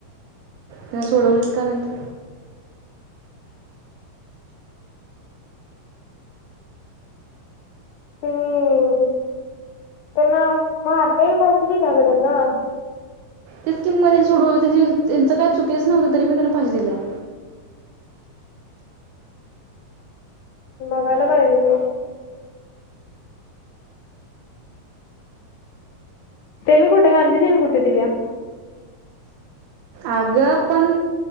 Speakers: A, on the right; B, on the left.
A: तेला सोडवलीत का नाहीत?
B: त्यांनी त्यांना मारलंय फाशी दिल्या ग त्यांना.
A: तेच किंमत त्यां सोड त्यांची त्यांचं काय चुकीच नव्हतं तरी पण त्यांना फाशी दिल्या.
B: बघायला पाहिजेत ओ. त्यांनी कुठे गांधीजींनी कुठ दिल्या.
A: अगं पण